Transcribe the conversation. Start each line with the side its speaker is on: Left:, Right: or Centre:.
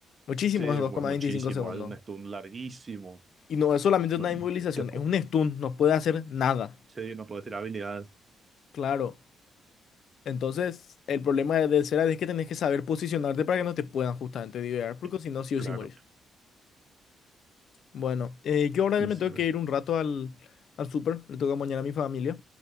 Left: Muchísimo
Right: Sí,
Left: es 2,25
Right: bueno, muchísimo,
Left: segundos.
Right: es un estudio larguísimo.
Left: Y no es solamente
Right: No,
Left: una inmovilización,
Right: te- te-
Left: es un stun, no puede hacer nada.
Right: sí, no puedo tirar habilidades.
Left: Claro. Entonces, el problema de de Serad es que tenés que saber posicionarte para que no te puedan justamente divear, porque
Right: Sí,
Left: si no, sí o
Right: Claro.
Left: sí morís. Bueno, eh, yo ahora ya me
Right: Sí,
Left: tengo
Right: bueno.
Left: que ir un rato al, al súper, le toca mañana a mi familia,